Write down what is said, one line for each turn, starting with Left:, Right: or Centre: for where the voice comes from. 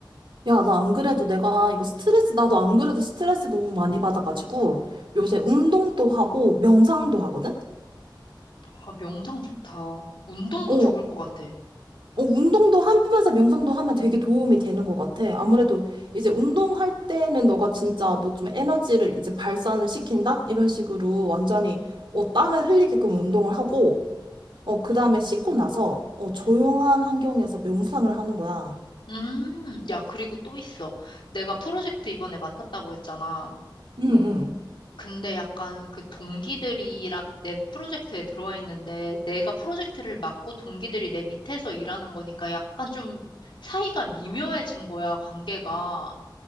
Right: 야, 나 안 그래도 내가 이거 스트레스, 나도 안 그래도 스트레스 너무 많이 받아가지고 요새 운동도 하고 명상도 하거든?
Left: 아, 명상 좋다. 운동도
Right: 어,
Left: 좋을 것 같아.
Right: 어, 운동도 하면서 명상도 하면 되게 도움이 되는 것 같아. 아무래도 이제 운동할 때는 너가 진짜 뭐 좀 에너지를 이제 발산을 시킨다? 이런 식으로 완전히 어, 땀을 흘리게끔 운동을 하고, 어, 그 다음에
Left: 음,
Right: 씻고 나서 어, 조용한
Left: 음,
Right: 환경에서 명상을 하는 거야.
Left: 음. 야, 그리고 또 있어. 내가 프로젝트 이번에 맡았다고 했잖아.
Right: 응, 응.
Left: 근데 약간 그 동기들이 라내 프로젝트에 들어와 있는데 내가 프로젝트를 맡고 동기들이 내 밑에서 일하는 거니까 약간 좀 사이가 미묘해진 거야, 관계가.